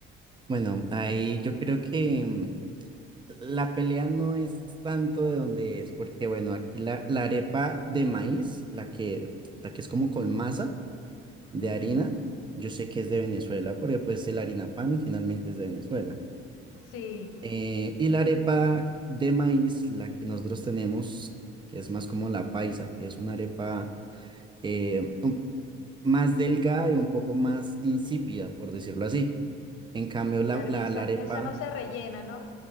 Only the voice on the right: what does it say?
Bueno, ahí yo creo que mm, la pelea no es tanto de donde es, porque bueno, aquí la, la arepa de maíz, la que, la que es como con masa. de
harina, yo sé que es de Venezuela, porque pues el harina pan finalmente es de Venezuela.
Eh, y la arepa de maíz, la que nosotros tenemos, que es más como la paisa, que es una arepa eh, un- más delgada y un poco más insípida, por decirlo así. En cambio, la,
la-
la arepa